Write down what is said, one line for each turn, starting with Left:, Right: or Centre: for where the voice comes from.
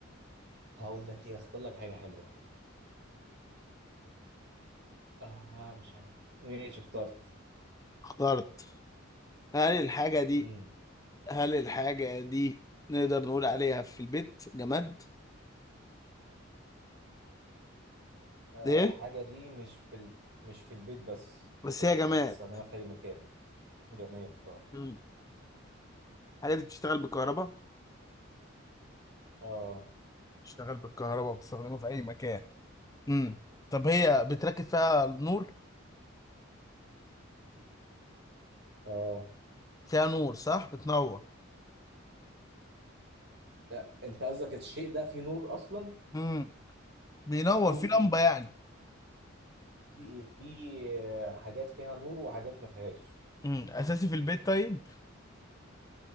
Right: هقول لك إيه أختار لك حاجة حلوة آه مش عارف ماشي اخترت
Left: اخترت هل الحاجه دي
Right: مم.
Left: هل الحاجه دي نقدر نقول عليها في البيت جماد
Right: آه
Left: ايه
Right: حاجة دي مش في ال... مش في البيت بس
Left: بس
Right: آه،
Left: هي جماد
Right: بتستخدمها في أي مكان جماد آه
Left: مم. الحاجه دي بتشتغل بالكهرباء
Right: آه
Left: بتشتغل بالكهرباء بتستخدمها في اي مكان امم طب هي بتركب فيها نور
Right: آه
Left: فيها نور صح بتنور
Right: آه، أنت قصدك الشيء ده فيه نور أصلا؟
Left: امم بينور
Right: فيه وفيه
Left: في لمبة يعني
Right: في إيه؟ في آه، حاجات فيها نور وحاجات ما فيهاش
Left: امم اساسي في البيت طيب